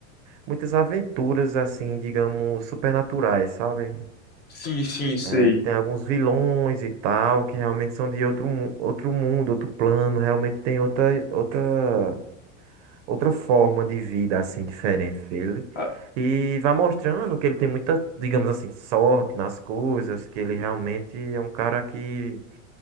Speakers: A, on the right; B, on the left.
A: muitas aventuras, assim, digamos, supernaturais, sabe?
B: Sim, sim, sei.
A: É, tem alguns vilões e tal, que realmente são de outro, mu- outro mundo, outro plano, realmente tem outra, outra, outra forma de vida, assim, diferente dele.
B: Ah,
A: E vai mostrando que ele tem muita, digamos assim, sorte nas coisas, que ele realmente é um cara que